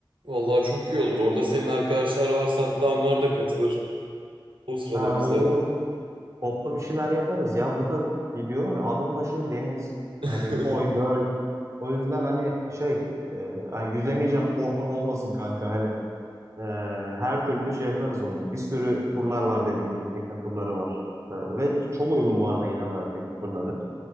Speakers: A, on the right (about 75°); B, on the right (about 35°).
A: Vallahi çok iyi olur. Orada senin arkadaşlar varsa hatta onlar da katılır. O sırada
B: Ha,
A: bize.
B: olur olur. Toplu bir şeyler yaparız ya. Burada gidiyorum ya adım başı deniz
A: <laughs>
B: yani koy göl. O yüzden hani şey e, hani yüzemeyeceğim korkun olmasın kanka hani. e, her türlü şey yaparız onu. Bir sürü turlar var dediğim gibi tekne turları var. E, ve çok uygun bu arada genel olarak tekne turları.